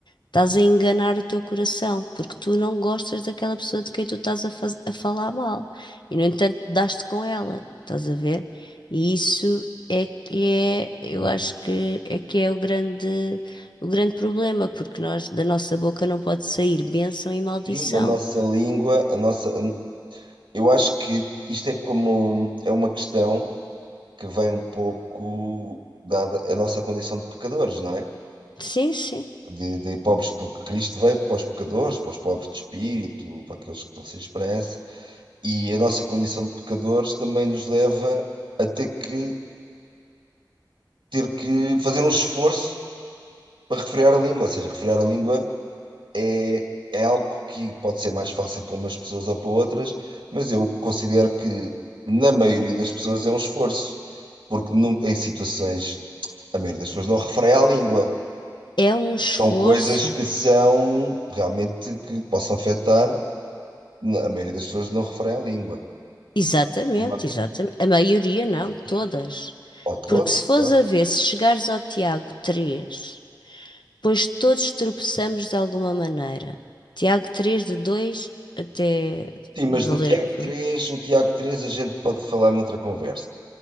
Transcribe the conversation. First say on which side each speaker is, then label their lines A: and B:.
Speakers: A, on the left; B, on the right.
A: Estás a enganar o teu coração, porque tu não gostas daquela pessoa de quem tu estás a, faz- a falar mal. E, no entanto, dás-te com ela, estás a ver? E isso é que é, eu
B: Uhum.
A: acho que é que é o grande, o grande problema, porque nós, da nossa boca não pode sair bênção e maldição.
B: Sim, da nossa língua, a nossa. Eu acho que isto é como. É uma questão. que vem um pouco dada a nossa condição de pecadores, não é?
A: Sim, sim.
B: De, de pobres, porque Cristo veio para os pecadores, para os pobres de espírito, para aqueles que estão sem esperança, e a nossa condição de pecadores também nos leva a ter que, ter que fazer um esforço para refrear a língua, ou seja, refrear a língua é, é algo que pode ser mais fácil para umas pessoas ou para outras, mas eu considero que na maioria das pessoas é um esforço, porque num- em situações a maioria das pessoas não refreia a língua.
A: É um esforço.
B: São coisas que são realmente que possam afetar. A maioria das pessoas não refreia a língua.
A: Exatamente,
B: Como a
A: exatamente. A maioria não,
B: fazer
A: todas.
B: os filhos. Ou toda,
A: Porque se fores
B: claro.
A: a ver, se chegares ao Tiago 3 pois todos tropeçamos de alguma maneira. Tiago 3 de 2 até
B: Sim, mas
A: valer.
B: no Tiago 3,
A: valer-
B: o Tiago 3 a gente pode falar noutra conversa.